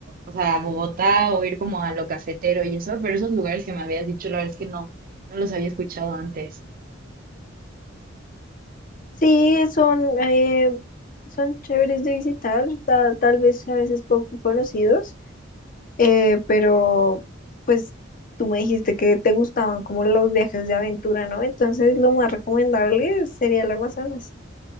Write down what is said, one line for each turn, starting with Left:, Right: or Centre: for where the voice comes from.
Right: o sea, a Bogotá o ir como a lo cafetero y eso, pero esos lugares que me habías dicho, la verdad es que no, no los había escuchado antes.
Left: Sí, son, eh, son chéveres de visitar, ta- tal vez a veces poco conocidos. Eh, pero pues tú me dijiste que te gustaban como los viajes de aventura, ¿no? Entonces lo más recomendable sería el Amazonas.